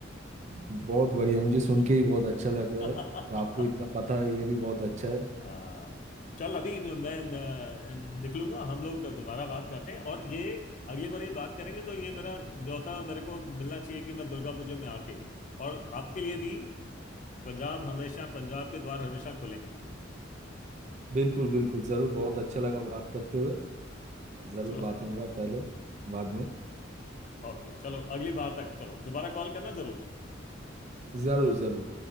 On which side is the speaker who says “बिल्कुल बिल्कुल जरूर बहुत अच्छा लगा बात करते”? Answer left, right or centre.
Right